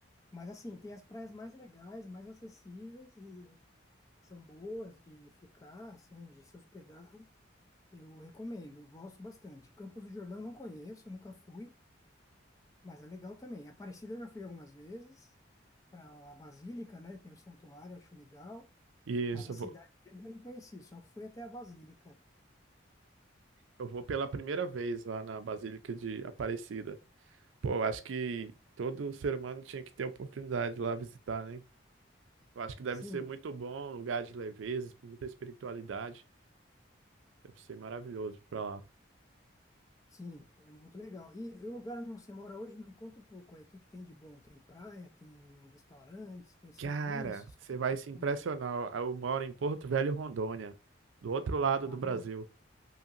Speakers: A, on the left; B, on the right.
A: Mas assim, tem as praias mais legais, mais acessíveis e são boas de ficar, assim, de se hospedar. Eu recomendo, eu gosto bastante. Campos do Jordão não conheço, nunca fui, mas é legal também. Aparecida eu já fui algumas vezes para a Basílica, né? Tem o santuário, acho legal,
B: Isso,
A: mas a cidade
B: eu vou,
A: mesmo eu não conheci, só fui até a Basílica.
B: eu vou pela primeira vez lá na Basílica de Aparecida. Pô, eu acho que todo ser humano tinha que ter a oportunidade de lá visitar, né? Eu acho que deve
A: Sim,
B: ser muito bom, um lugar de leveza, muita espiritualidade. Deve ser maravilhoso ir pra lá.
A: sim, é muito legal. E, o lugar onde você mora hoje, me conta um pouco aí, o que que tem de bom? Tem praia, tem restaurantes, tem serviços,
B: Cara,
A: como
B: você vai
A: funciona
B: se impressionar.
A: aí?
B: Eu moro em Porto Velho, Rondônia, do outro lado
A: Caramba.
B: do Brasil.